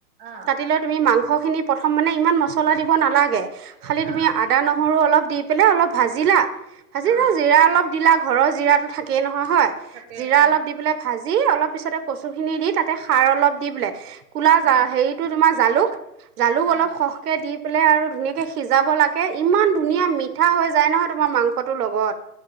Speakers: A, on the right; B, on the right.
A: অ
B: কাটি লৈ তুমি মাংস খিনি প্ৰথম মানে ইমান ম চলা দিব নালাগে খালি তুমি
A: অ
B: আদা নহৰু অলপ দি পেলাই অলপ ভাজিলা ভাজি
A: অ
B: না জিৰা অলপ দিলা ঘৰৰ জিৰাতো থাকেই নহয় হয়
A: থাকে
B: জিৰা
A: অ
B: অলপ দি পেলায় ভাজি ি অলপ পিছতে কচু খিনি দি তাতে সাৰ অলপ দি বোলে ক'লা
A: অ
B: হেৰিটো তোমাৰ জালুক <inaudible> জালুক অলপ
A: অ
B: সহকে দি লে আৰু ধুনীয়াকে সিজাব লাগে ইমান ধুনীয়া মিঠা হৈ যায় নহয়, তোমাৰ মাংসটোৰ লগত